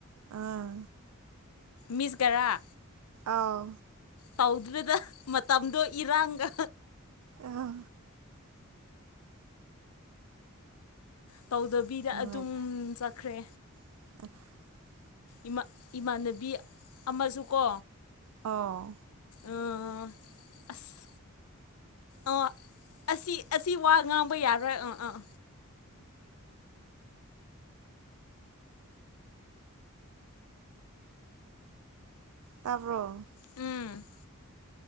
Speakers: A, on the right; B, on the left.
A: ꯑꯥ
B: ꯃꯤꯁꯒꯔꯥ꯫
A: ꯑꯥꯎ
B: ꯇꯧꯗ꯭ꯔꯤꯗ ꯃꯇꯝꯗꯣ ꯏꯔꯥꯡꯒ꯫
A: ꯑꯥ
B: ꯇꯧꯗꯕꯤꯗ
A: ꯅꯨꯡꯉꯥꯏ
B: ꯑꯗꯨꯝ꯫ ꯈ꯭ꯔꯦ꯫
A: <inaudible>
B: ꯏꯃꯥꯟ ꯏꯃꯥꯟꯅꯕꯤ ꯑꯃꯁꯨꯀꯣ
A: ꯑꯧ
B: ꯑꯥ ꯑꯁ ꯑꯥ ꯑꯁꯤ ꯑꯁꯤ ꯋꯥ ꯉꯥꯡꯕ ꯌꯥꯔꯣꯏ ꯑꯥ ꯑꯥ꯫
A: ꯇꯥꯕꯔꯣ
B: ꯎꯝ꯫